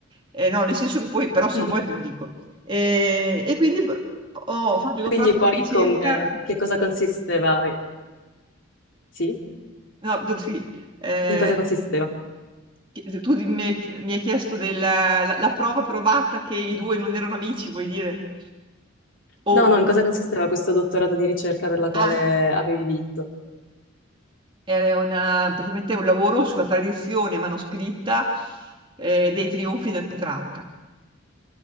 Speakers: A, on the right (about 25°); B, on the left (about 65°).
A: Eh, no, nel senso che poi, però
B: <laughs>
A: se vuoi te lo dico. Eh, e quindi beh, ho fatto il
B: Quindi
A: dottorato
B: poi
A: di ricerca,
B: come, che cosa consisteva? Sì?
A: no, do- sì, eh,
B: In cosa consisteva?
A: chi- tu di- mi hai mi hai chiesto del- la la prova provata che i due non erano amici, vuoi dire? O-
B: No, no, in cosa consisteva questo dottorato di ricerca per la quale
A: ah,
B: avevi vinto?
A: Era una- praticamente un lavoro sulla tradizione manoscritta eh, dei trionfi del Petrarca.